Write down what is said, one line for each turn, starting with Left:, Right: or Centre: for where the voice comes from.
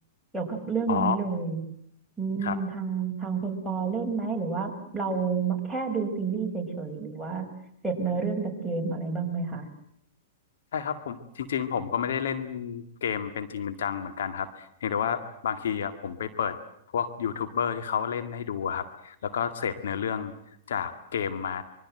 Centre: เกี่ยวกับเรื่องนี้เลย
Left: อ๋อ
Centre: อืมทางทางคนปอเล่นไหมหรือว่าเรา
Left: ครับ
Centre: แค่ดูซีรีส์เฉยๆหรือว่าเสพเนื้อเรื่องจากเกมอะไรบ้างไหมคะ
Left: ใช่ครับผมจริงๆผมก็ไม่ได้เล่นเกมเป็นจริงเป็นจังเหมือนกันครับเพียงแต่ว่าบางทีอ่ะผมไปเปิดพวกยูทูบเบอร์ที่เขาเล่นให้ดูอะครับ แล้วก็เสพเนื้อเรื่องจากเกมมา